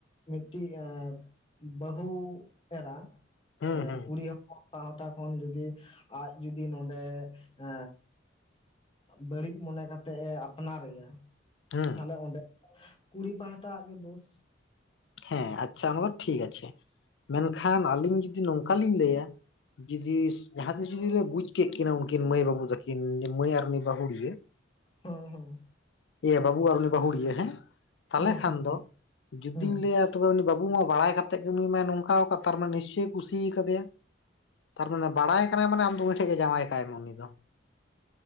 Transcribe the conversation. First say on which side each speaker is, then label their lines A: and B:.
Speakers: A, on the left; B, on the left.
A: ᱢᱤᱫ ᱴᱤᱡ ᱮ ᱵᱟᱹᱦᱩ ᱮᱨᱟ
B: ᱦᱩᱸ
A: ᱥᱮ
B: ᱦᱩᱸ
A: ᱠᱩᱲᱤ ᱯᱟᱦᱟᱴᱟ ᱠᱷᱚᱱ ᱡᱩᱫᱤ ᱟᱡ ᱡᱩᱫᱤ ᱱᱚᱸᱰᱮ ᱮᱻ ᱵᱟᱹᱲᱤᱡ ᱢᱚᱱᱮ ᱠᱟᱛᱮᱫ ᱮ ᱟᱯᱱᱟᱨ ᱮᱭᱟ
B: ᱦᱮᱸ
A: ᱛᱟᱦᱞᱮ ᱚᱸᱰᱮ ᱠᱩᱲᱤ ᱯᱟᱦᱟᱴᱟ ᱟᱜ ᱜᱮ ᱫᱳᱥ
B: ᱦᱮᱸ ᱟᱪᱪᱷᱟ ᱚᱱᱟ ᱫᱚ ᱴᱷᱤᱠ ᱟᱪᱷᱮ ᱢᱮᱱ ᱠᱷᱟᱱ ᱟᱹᱞᱤᱧ ᱡᱩᱫᱤ ᱱᱚᱝ ᱠᱟ ᱞᱤᱧ ᱞᱟᱹᱭᱟ ᱡᱩᱫᱤ ᱡᱟᱦᱟᱸ ᱛᱤᱥ ᱡᱩᱫᱤ ᱞᱮ ᱵᱩᱡ ᱠᱮᱫ ᱠᱤᱱᱟ ᱩᱱᱠᱤᱱ ᱢᱟᱹᱭ ᱵᱟᱹᱵᱩ ᱛᱟᱹᱠᱤᱱ ᱢᱟᱹᱭ ᱟᱨ ᱩᱱᱤ ᱵᱟᱹᱵᱩ ᱜᱮ
A: <unintelligible>
B: ᱮᱭᱟᱹ ᱵᱟᱹᱵᱩ ᱟᱨ ᱩᱱᱤ ᱵᱟᱹᱦᱩᱲᱤᱭᱟᱹ ᱦᱮᱸ ᱛᱟᱦᱚᱞᱮ
A: ᱦᱮᱸ
B: ᱠᱷᱟᱱ
A: ᱦᱮᱸ
B: ᱫᱚ
A: ᱦᱮᱸ
B: ᱡᱩᱫ ᱡᱩᱫᱤᱧ
A: ᱦᱮᱸ
B: ᱞᱟᱹᱭᱟ ᱛᱚᱵᱮ ᱩᱱᱤ ᱵᱟᱹᱵᱩ ᱢᱟ ᱵᱟᱲᱟᱭ ᱠᱟᱛᱮᱫ ᱜᱮ ᱩᱱᱤᱩᱭ ᱢᱟ ᱱᱚᱝᱠᱟ ᱠᱟᱫ, ᱛᱟᱨ ᱢᱟᱱ ᱱᱤᱥᱪᱚᱭ ᱠᱩᱥᱤ ᱠᱟᱫᱮᱭᱟ᱾ ᱛᱟᱨᱢᱟᱱᱮ ᱵᱟᱲᱟᱭ ᱠᱟᱱᱟᱭ ᱢᱟᱱᱮ ᱟᱢ ᱫᱚ ᱩᱱᱤ ᱴᱷᱮᱡ ᱜᱮ ᱡᱟᱶᱟᱭ ᱠᱟᱭ ᱢᱮ ᱩᱱᱤ ᱫᱚ᱾